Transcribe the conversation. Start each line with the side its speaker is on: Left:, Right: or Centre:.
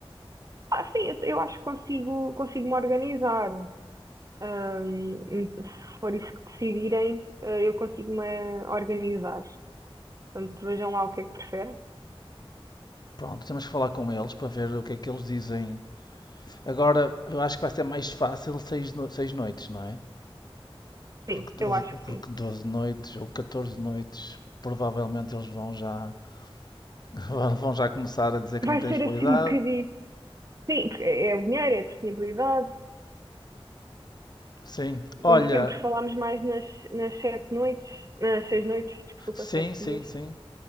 Right: Ah, sim, eu, eu acho que consigo, consigo me organizar. Ahm, se for isso que decidirem, eh, eu consigo me organizar. Portanto, vejam lá o que é que preferem.
Left: Pronto, temos que falar com eles para ver o que é que eles dizem. Agora, eu acho que vai ser mais fácil seis, no- seis noites, não é? Porque
Right: Sim,
Left: 12
Right: eu acho que
Left: porque
Right: sim.
Left: 12 noites ou 14 noites, provavelmente eles vão já, <laughs> vão já começar a dizer que
Right: Vai
Left: não têm
Right: ser
Left: disponibilidade.
Right: assim um bocadinho. Sim, porque é é o dinheiro, é a disponibilidade,
Left: Sim. Olha,
Right: como sempre falámos mais nas, nas sete noites, nas seis noites, desculpa,
Left: sim,
Right: sete
Left: sim,
Right: dias.
Left: sim.